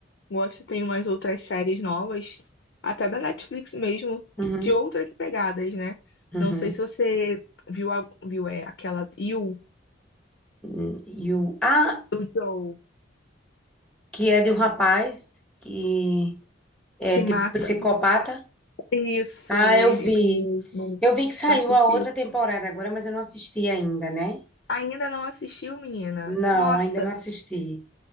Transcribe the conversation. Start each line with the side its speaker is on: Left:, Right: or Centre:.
Left: Gosto, tem umas outras séries novas, até da Netflix mesmo,
Centre: Uhum,
Left: de outras pegadas, né?
Centre: uhum.
Left: Não sei se você viu, a- viu é, aquela You,
Centre: Hum, E o Ah,
Left: do Joe,
Centre: que é de um rapaz que é
Left: que
Centre: tipo
Left: mata.
Centre: psicopata.
Left: Isso,
Centre: Ah, eu
Left: ele
Centre: vi.
Left: mesmo.
Centre: Eu vi que saiu
Left: Eu assisti.
Centre: a outra temporada agora, mas eu não assisti ainda, né?
Left: Ainda não assistiu, menina?
Centre: Não,
Left: Nossa,
Centre: ainda não assisti.